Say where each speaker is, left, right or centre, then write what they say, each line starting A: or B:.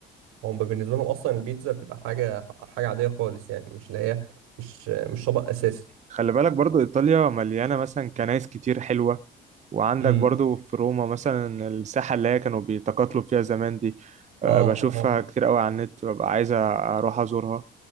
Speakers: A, on the right (about 75°); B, on the right (about 35°).
A: هم بالنسبه لهم اصلا البيتزا بتبقى حاجه حاجه عاديه خالص يعني مش اللي هي مش مش طبق اساسي
B: خلي بالك برضو إيطاليا مليانة مثلا كنايس كتير حلوة وعندك
A: امم
B: برضو في روما مثلا الساحة اللي هي كانوا بيتقاتلوا فيها زمان دي آه،
A: اه
B: بشوفها
A: اه
B: كتير قوي على النت ببقى عايز أروح أزورها